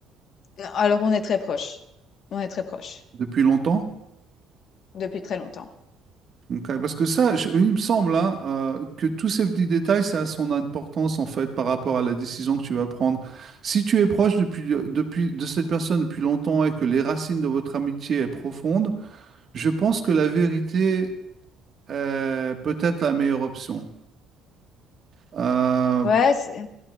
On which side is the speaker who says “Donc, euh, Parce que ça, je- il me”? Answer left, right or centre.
Right